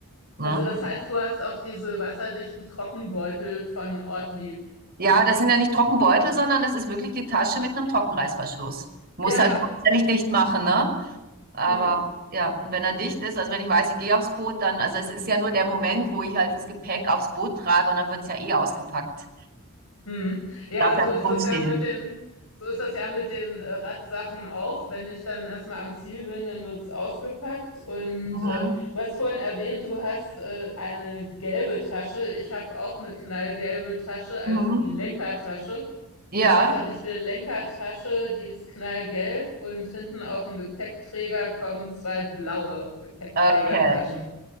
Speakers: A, on the right (about 45°); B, on the left (about 80°).
A: Ne?
B: Also das heißt, du hast auch diese wasserdichten Trockenbeutel von Ortlieb.
A: Ja, das sind ja nicht Trockenbeutel, sondern das ist wirklich die Tasche mit einem Trockenreißverschluss. Muss
B: Ja,
A: halt
B: ja.
A: nicht dicht machen, ne? Aber
B: Mhm.
A: ja, und wenn er dicht ist, also wenn ich weiß, ich gehe aufs Boot, dann, also es ist ja nur der Moment, wo ich halt das Gepäck aufs Boot trage und dann wird's ja eh ausgepackt.
B: Mhm. Ja,
A: Darf
B: so
A: ja nicht
B: ist
A: rumstehen.
B: das ja mit den, so ist das ja mit den äh, Radsachen auch. Wenn ich dann erstmal am Ziel bin, dann wird's ausgepackt. Und
A: Mhm.
B: äh, du hast vorhin erwähnt, du hast äh, eine gelbe Tasche. Ich habe auch eine knallgelbe Tasche, also
A: Mhm.
B: die Lenkertasche.
A: Ja,
B: Die wasserdichte Lenkertasche, die ist knallgelb und hinten auf dem Gepäckträger kommen zwei blaue Gepäckträgertaschen.
A: okay.